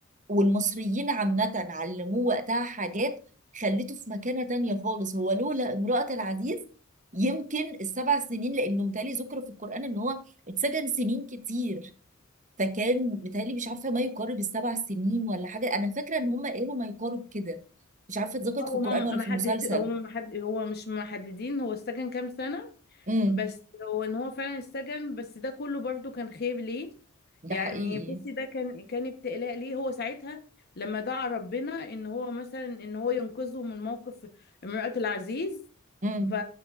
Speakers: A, on the right; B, on the left.
A: والمصريين عامة علموه وقتها حاجات خليته في مكانة تانية خالص هو لولا امرأة العزيز يمكن السبع سنين لانه متهيألي ذكر في القرآن ان هو اتسجن سنين كتير فكان متهيألي مش عارفة ما يقارب السبع سنين ولا حاجة أنا فاكرة إن هم قالوا ما يقارب كده مش عارفة اتذكرت
B: هو
A: في القرآن
B: ما
A: ولا
B: محدد
A: في المسلسل
B: هو ما محد هو مش محددين هو السجن كام سنة
A: امم
B: بس هو ان هو فعلا السجن بس ده كله برضو كان خير ليه
A: ده
B: يعني
A: حقيقي
B: بصي ده كان كان ابتلاء ليه هو ساعتها لما دعا ربنا ان هو مثلا ان هو ينقذه من موقف امرأة العزيز
A: امم
B: ف-